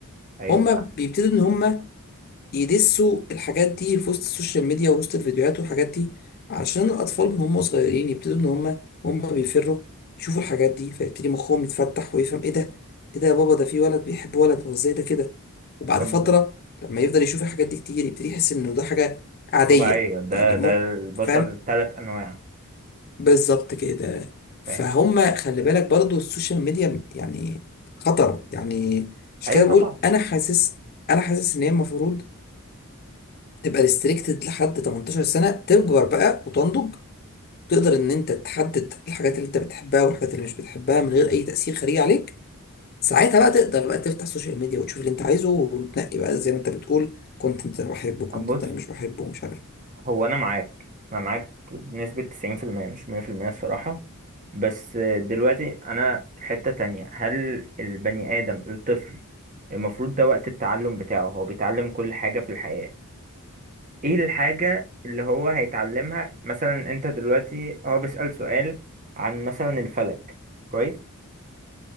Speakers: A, on the right; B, on the left.
A: ايوه
B: هما
A: فاهم
B: بيبتدوا ان هما يدسوا الحاجات دي في وسط السوشيال ميديا ووسط الفيديوهات والحاجات دي علشان الاطفال من هم صغيرين يبتدوا ان هما هما بيفروا يشوفوا الحاجات دي فيبتدي مخهم يتفتح ويفهم ايه ده ايه ده يا بابا ده في ولد بيحب ولد هو ازاي ده كده وبعد
A: طب
B: فتره لما يفضل يشوف الحاجات دي كتير يبتدي يحس انه ده حاجه عاديه
A: طبيعية ده
B: يعني
A: ده
B: مو
A: البشر
B: فاهم
A: ثلاث انواع
B: بالظبط كده فهم
A: فاهم؟
B: خلي بالك برضو السوشيال ميديا يعني خطر يعني مش
A: ايوه
B: كده بقول
A: طبعا
B: انا حاسس انا حاسس ان هي المفروض تبقى ريستريكتد لحد 18 سنة تكبر بقى وتنضج تقدر ان انت تحدد الحاجات اللي انت بتحبها والحاجات اللي مش بتحبها من غير اي تأثير خارجي عليك ساعتها بقى تقدر بقى تفتح السوشيال ميديا وتشوف اللي انت عايزه وتنقي بقى زي ما انت بتقول كنت انت بحبه كنت
A: بص
B: انت مش بحبه ومش عارف
A: هو انا معاك انا معاك بنسبة 90% مش 100% الصراحة بس دلوقتي انا في حتة تانية هل البني ادم الطفل المفروض ده وقت التعلم بتاعه هو بيتعلم كل حاجة في الحياة ايه الحاجة اللي هو هيتعلمها مثلا انت دلوقتي هو بيسأل سؤال عن مثلا الفلك كويس